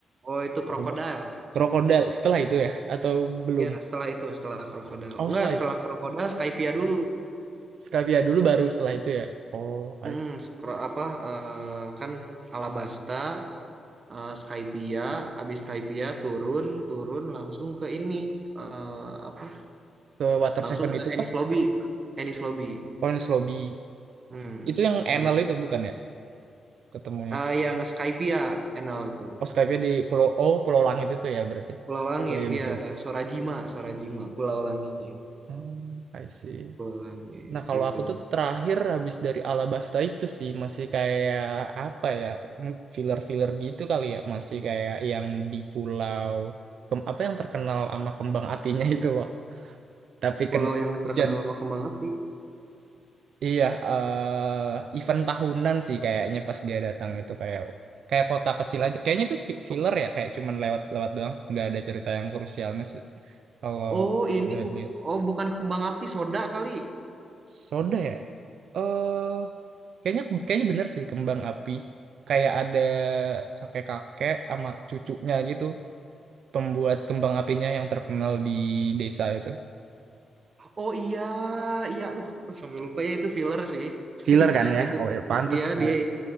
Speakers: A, on the right; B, on the right.
A: Oh, itu krokodil.
B: Allah. Krokodil setelah itu ya atau belum?
A: Iya, setelah itu, setelah krokodil.
B: Oh,
A: Enggak,
B: setelah
A: setelah
B: itu.
A: krokodil Skypia dulu.
B: Skavia dulu baru setelah itu ya. Oh,
A: Hmm,
B: I see.
A: kro- apa eh, kan Alabasta, eh, Skypia, abis Skypia turun, turun langsung ke ini eh, apa?
B: Ke Water
A: Langsung
B: Seven
A: ke
B: itu
A: Ennis
B: kah?
A: Lobby, Ennis Lobby.
B: Orange Lobby.
A: Hmm,
B: Itu yang
A: Ennis.
B: Enel
A: Lobby.
B: itu bukan ya ketemunya.
A: Eh, yang Skypia, NL itu.
B: Oh, Skavia di Pulau Oh, Pulau Langit itu ya berarti.
A: Pulau Langit,
B: Iya, iya
A: iya.
B: betul.
A: Sorajima, Sorajima, Pulau Langit,
B: Hmm, I see.
A: Pulau Langit
B: Nah, kalau
A: gitu.
B: aku tuh terakhir habis dari Alabasta itu sih masih kayak apa ya, m- filler-filler gitu kali ya, masih kayak yang di pulau Kem- apa yang terkenal sama kembang apinya <laughs> itu loh. Tapi
A: Pulau
B: kena
A: yang terkenal
B: dan
A: sama kembang api.
B: iya eh, event tahunan sih kayaknya pas dia datang itu kayak kayak kota kecil aja. Kayaknya itu fi- filler ya, kayak cuman lewat-lewat doang, nggak ada cerita yang krusialnya sih. Kalau
A: Oh, ini
B: lihat-lihat.
A: bu oh bukan kembang api, soda kali.
B: Soda ya? Eh kayaknya kayaknya bener sih kembang api kayak ada kakek-kakek sama cucunya gitu pembuat kembang apinya yang terkenal di desa itu
A: Oh iya, iya. Aduh, aduh sampai lupa ya itu filler sih. <laughs>
B: Filler kan ya?
A: Itu
B: Oh ya, pantes
A: iya
B: kan.
A: di